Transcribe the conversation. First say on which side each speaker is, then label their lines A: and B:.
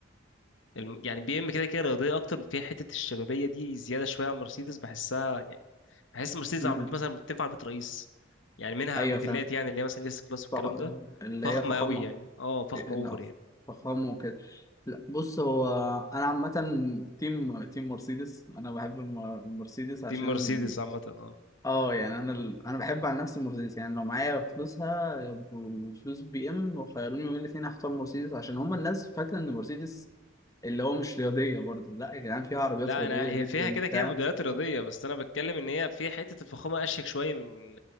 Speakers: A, on the left (about 70°); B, on the left (about 20°).
A: الم- يعني بي ام كده كده رياضيه اكتر فيها حته الشبابيه دي زياده شويه عن مرسيدس بحسها يعني بحس مرسيدس
B: مم.
A: عربيات مثلا تنفع عربيه رئيس يعني منها
B: ايوه
A: موديلات
B: فاهم
A: يعني اللي هي مثلا الاس كلاس والكلام
B: فخ...
A: ده
B: اللي
A: فخمه
B: هي فخامة
A: قوي يعني اه فخمه
B: إن
A: اوفر يعني
B: فخامه وكده لا بص هو انا عامه تيم تيم مرسيدس انا بحب الم- المرسيدس عشان
A: دي مرسيدس عامه اه
B: اه يعني انا ال... انا بحب عن نفسي مرسيدس يعني لو معايا فلوسها ب- فلوس بي ام وخيروني بين الاثنين هختار مرسيدس عشان هما الناس فاكره ان مرسيدس اللي هو مش رياضيه برضه لا يا جدعان في عربيات
A: لا
B: رياضيه
A: انا هي
B: جدا
A: فيها كده
B: وبتاع
A: كده موديلات رياضيه بس انا بتكلم ان هي فيها حته الفخامه اشيك شويه من